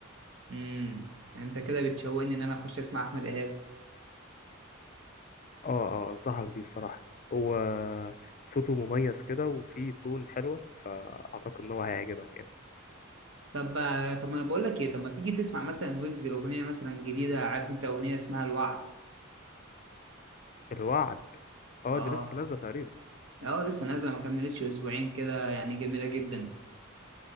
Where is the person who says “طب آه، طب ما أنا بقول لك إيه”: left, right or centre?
Right